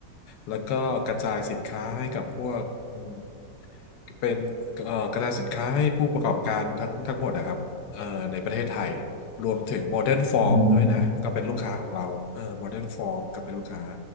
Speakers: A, on the left; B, on the right.
A: แล้วก็กระจายสินค้าให้กับพวกอืมเป็นเอ่อกระจายสินค้าให้ผู้ประกอบการทั้งทั้งหมดนะครับเอ่อในประเทศไทย รวมถึงโมเดิร์นฟอร์มด้วยนะก็เป็นลูกค้าของเราเออโมเดิร์นฟอร์มก็เป็นลูกค้า
B: อืม